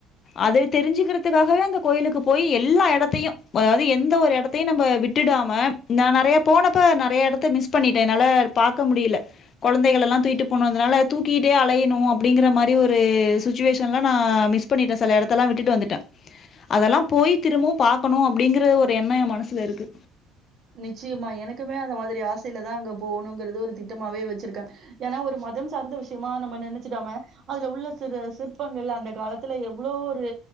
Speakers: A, on the left; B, on the right.
A: அத தெரிஞ்சுக்கிறதுக்காகவே அந்த கோயிலுக்கு போய் எல்லா எடத்தையு அதாவது எந்த ஒரு எடத்தையு நம்ம விட்டுடாம நா நெறைய போனப்ப நெறையா எடத்த மிஸ் பண்ணிட்டே என்னால பாக்க முடில கொழந்தைகள் எல்லா தூக்கிட்டு போனதுனால தூக்கி ட்டே அலையணு அப்டிங்கிற மார் அப்டி ஒரு சுச்சுவேஷன்லா நா மிஸ் பண்ணிட்டே சில எடத்தலா விட்டுட்டு வந்துட்டே அதெல்லா போய் திரும்பவு பாக்கணு அப்டிங்கற ஒரு எண்ண எ மனசுல இருக்கு
B: நிச்சயமா எனக்குமே அந்த மாதிரி ஆசயில தா அங்க போகணுங்கிறது ஒரு திட்டமாவே வச்சிருக்கே ஏன்னா ஒரு மதம் சார்ந்த விஷயமா நம்ம நெனச்சிடாம அதுல உள்ள சிறு சிற்பங்கள் அந்த காலத்துல எவ்ள ஒரு